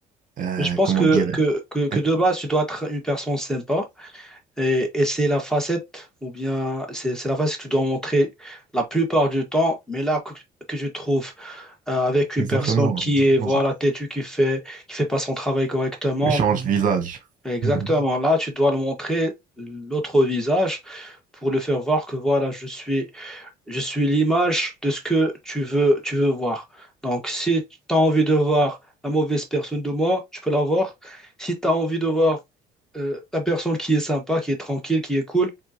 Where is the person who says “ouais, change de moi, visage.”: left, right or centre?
Right